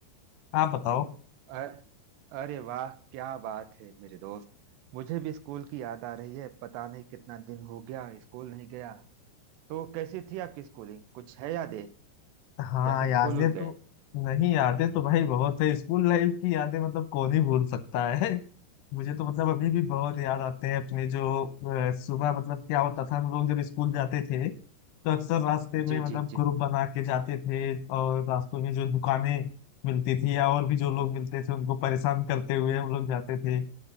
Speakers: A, on the left (about 75°); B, on the right (about 80°).
A: आप बताओ
B: अ- अरे वाह क्या बात है मेरे दोस्त मुझे भी स्कूल की याद आ रही है पता नहीं कितना दिन हो गया स्कूल नहीं गया तो कैसी थी आपकी स्कूलिंग कुछ है यादें
A: हाँ
B: या सब
A: यादें
B: भूल उल गए
A: तो नहीं यादें तो भाई बहुत है स्कूल लाइफ की यादें मतलब कौन ही भूल सकता है मुझे तो मतलब अभी भी बहुत याद आते हैं अपने जो अ, सुबह मतलब क्या होता था हम लोग जब स्कूल जाते थे तो अक्सर रास्ते में
B: जी
A: मतलब
B: जी जी
A: ग्रुप बना के जाते थे और रास्तों में जो दुकानें मिलती थी या और भी जो लोग मिलते थे उनको परेशान करते हुए हम लोग जाते थे